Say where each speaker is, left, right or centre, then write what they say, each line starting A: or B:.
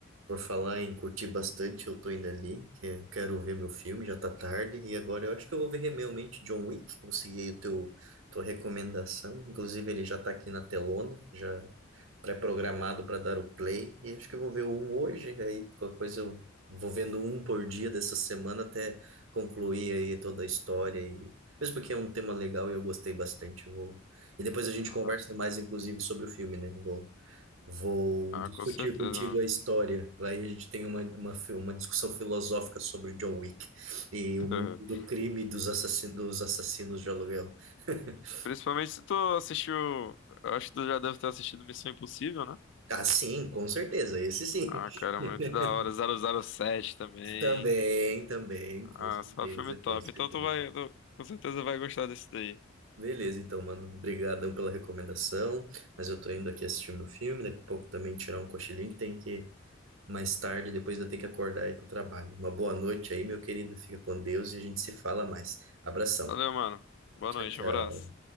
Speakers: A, on the right; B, on the left.
A: por falar em curtir bastante, eu tô indo ali, que eu quero ver meu filme, já tá tarde, e agora eu acho que eu vou ver realmente John Wick, vou seguir aí o teu, tua recomendação. Inclusive, ele já tá aqui na telona, já pré-programado para dar o play, e acho que eu vou ver um hoje, aí qualquer coisa eu vou vendo um por dia dessa semana até concluir aí toda a história, e mesmo porque é um tema legal e eu gostei bastante, eu vou... E depois a gente
B: Ah,
A: conversa mais, inclusive, sobre o filme, né? Vou Vou
B: ah,
A: discutir
B: com certeza,
A: contigo
B: mano.
A: a história. Lá a gente tem uma, uma, fi- uma discussão filosófica sobre John Wick e
B: <laughs>
A: o mundo do crime e dos assassinos, dos assassinos de aluguel. <laughs>
B: Principalmente se tu assistiu. Eu acho que tu já deve ter assistido Missão Impossível, né?
A: Ah, sim, com certeza, esse sim.
B: Ah, cara,
A: <laughs>
B: muito da hora. zero zero sete também.
A: Também, também,
B: Ah,
A: com certeza,
B: só filme top.
A: com certeza.
B: Então tu vai, tu com certeza vai gostar desse daí.
A: Beleza, então, mano, obrigadão pela recomendação, mas eu tô indo aqui assistir meu filme, daqui a pouco também tirar um cochilinho que tem que mais tarde, depois eu tenho que acordar e ir para o trabalho. Uma boa noite aí, meu querido. Fica com Deus e a gente se fala mais. Abração.
B: Valeu, mano. Boa
A: Tchau,
B: noite,
A: tchau.
B: abraço.